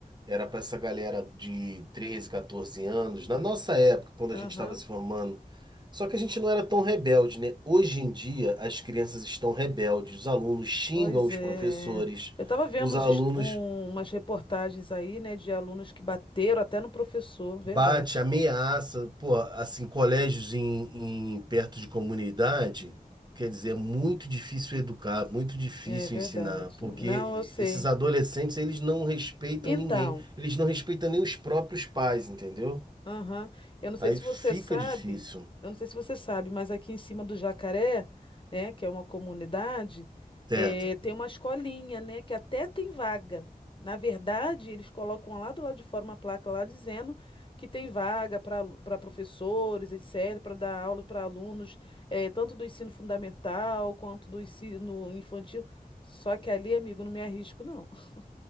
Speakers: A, on the right; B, on the left.
A: era para essa galera de 13 14 anos, na nossa época, quando
B: Aham.
A: a gente estava se formando. Só que a gente não era tão rebelde, né? Hoje em dia, as crianças estão rebeldes, os alunos xingam
B: Pois
A: os
B: é.
A: professores,
B: Eu estava vendo
A: os
B: uns
A: alunos.
B: est- um- umas reportagens aí, né, de alunos que bateram até no professor, verdade.
A: Bate, ameaça, pô, assim, colégios em, em- perto de comunidade, quer dizer, é muito difícil educar, muito difícil
B: É verdade.
A: ensinar, porque
B: Não, eu sei.
A: esses adolescentes, eles não respeitam
B: Então.
A: ninguém, eles não respeitam nem os próprios pais, entendeu?
B: Aham. Eu não sei
A: Aí
B: se
A: fica
B: você sabe,
A: difícil,
B: eu não sei se você sabe, mas aqui em cima do Jacaré, né, que é uma comunidade,
A: certo?
B: eh, tem uma escolinha, né, que até tem vaga. Na verdade, eles colocam lá do lado de fora uma placa lá dizendo que tem vaga para para professores, etc., para dar aula para alunos, eh, tanto do ensino fundamental quanto do ensino infantil. Só que ali, amigo, não me arrisco, não. <laughs>